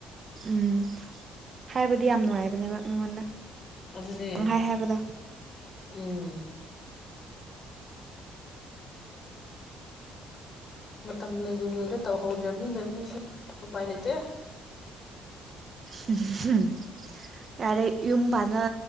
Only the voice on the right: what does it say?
ꯎꯝ ꯍꯥꯏꯕꯗꯤ ꯌꯥꯝ ꯅꯨꯡꯉꯥꯏꯕꯅꯦꯕ ꯃꯤꯉꯣꯟꯗ
ꯄꯪꯍꯥꯏ ꯍꯥꯏꯕꯗꯣ
<unintelligible> ꯌꯥꯔꯦ ꯌꯨꯝ ꯄꯥꯟꯅ